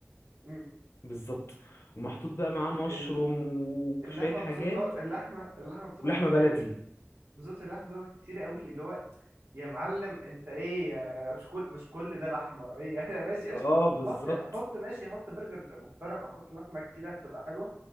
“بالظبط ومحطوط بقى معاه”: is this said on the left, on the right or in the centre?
Left